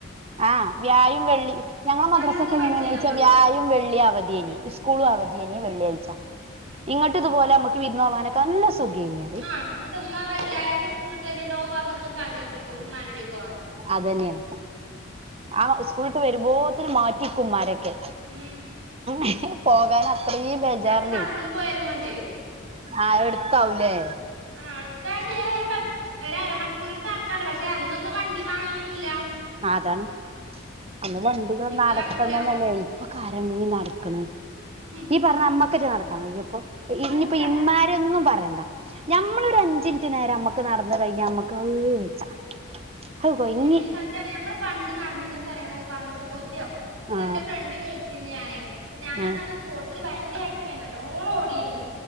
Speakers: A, on the right; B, on the right.
A: ആഹ് വ്യായും വെള്ളി ഞങ്ങളെ മദ്രാസൊക്കെ
B: ഞമ്മളൊക്കെ
A: എങ്ങനെണ്ചാ
B: പഠിച്ചീനു അന്നൊക്കെ
A: വ്യായും വെള്ളീം അവധി
B: ആഹ്
A: അനി സ്കൂളും അവധി ഏനി വെള്ളിയാഴ്ച ഇന്നട്ട ഇതുപോലെ അമക്ക് വിര്ന്നൊവാനൊക്കെ നല്ല സുഖേനിയ
B: ആഹ് ന്ന്ട്ട് മ്മ വെള്ളിആയാഴ്ച സ്കൂൾ ട്ടെര്ണ്ടോ <unintelligible> ഇമ്മന്റ ഈട്ടിക്കോവാന്
A: അതന്നെയാണ് ആഹ് സ്കൂൾട്ട് വെരുമ്പോത്തിന് മാറ്റിക്കുമ്മാരൊക്കെ
B: ഉം
A: ഹെ പോകൻ അത്രേം
B: ആഹ്
A: ബേജാർലെ
B: ഞങ്ങക്ക് നടന്ന് പോയാലും മതിയേ
A: ആഹ് എടുത്താവുലെ
B: ആഹ് അടുത്ത ആഴ്ച്ച ഏറ്യാലൊര് പത് ഒരരമണിക്കൂർട്ത്ത് അട്ക്കാണ്ട് പക്ഷെ അന്നൊന്നും വണ്ടിം വാഹനന്നുംല്ല
A: ആഹ് അതാണ് അന്ന് വണ്ടികളൾ
B: ഇപ്പൊ
A: നടത്തം
B: നടക്കൂല
A: തന്നെല്ലേയ് പ്പൊകൊരണ് നടക്ക്ണ്
B: ഉം
A: ഈ പറഞ്ഞ മ്മക്കെജ്ജ നടക്കാകയ്യോപ്പൊ ഇഞ്ഞിപ്പോ
B: കയ്യൂല
A: ഇമ്മാരെന്നും പറയണ്ട ഞമ്മളൊരു അഞ്ചിൻറ്റ് നേരം നമ്മക്ക് നടന്ന് കഴിഞ്ഞ നമ്മക്ക് അഹ് വെജ്ജ
B: വെജ്ജെടി
A: ഹൊ കൊയ്ങ്ങി
B: സത്യാണ് ഞമ്മള് പണ്ട് നട്ന്നീന്ന സ്ഥലങ്ങളൊ കാണ്ബൊ കൊത്യകും ഇന്നലെന്റെ
A: ആ
B: ഫ്രണ്ടിന് വിളിച്ചിന് ഞാന് അപ്പൊ ഞാന്
A: ആ
B: ന്നസ്പോർട്സില് ഭയങ്കര ആക്റ്റീവേന്ന് ന്നല്ലോണോടിന്ന്